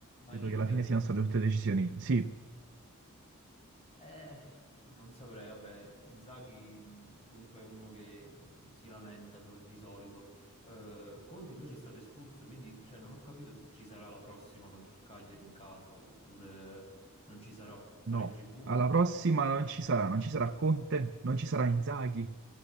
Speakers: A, on the right; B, on the left.
A: Credo
B: Ma l'Inter?
A: che alla fine siano state tutte decisioni. Sì,
B: Eh, non saprei, vabbè, Inzaghi mh, comunque è uno che mh, si lamenta sol- di solito. Eh, Conte invece è stato espulso, quindi cioè, non ho capito se ci sarà la prossima contro il Cagliari in casa oppure non ci sarà, sarà
A: No,
B: in tribuna.
A: alla prossima non ci sarà, non ci sarà Conte, non ci sarà Inzaghi,